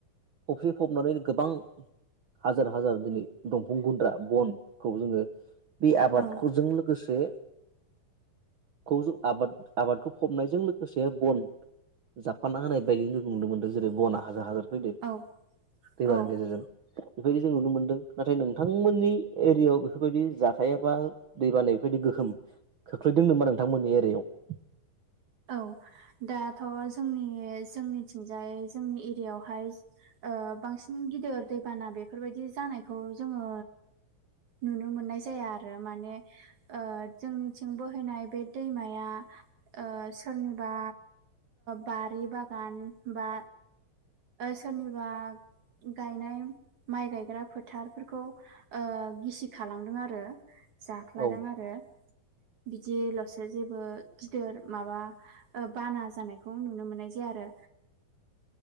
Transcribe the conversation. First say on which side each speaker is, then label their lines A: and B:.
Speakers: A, on the right (about 70°); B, on the right (about 55°).
A: फख्रिफबनानै गोबां हाजार हाजार दिनै दंफां गुन्द्रा बनखौ जोङो बे आबादखौजों
B: औ
A: लोगोसे खौ जों आबाद आबादखौ फबनायजों लोगोसे बन जाबफाना होनाय बायदि नुनो मोनदों जेरै बना हाजार हाजार फैदों
B: औ
A: दैबानि
B: औ
A: गेजेरजों‌। बेबायदि जों नुनो मोनदों नाथाय नोंथांमोननि एरियायाव बेफोरबायदि जाथाय बा दै बानाया बेबायदि गोहोम खोख्लैदों नामा नोंथांमोननि एरियाव
B: औ दाथ' जोंनि जोंनिथिंजाय जोंनि एरियायावहाय बांसिन गिदिर दैबाना बेफोरबायदि जानायखौ जोङो। नुनो मोननाय जाया आरो माने जोंनिथिं बोहैनाय बे दैमाया ओ सोरनिबा बारि बागान बा सोरनिबा गायनाय माइ गायग्रा फोथारफोरखौ गिसिखालांदों आरो। जाख्लादों
A: औ
B: आरो बिदिल'सो जेबो गिदोर माबा बाना जानायखौ नुनो मोननाय जाया आरो।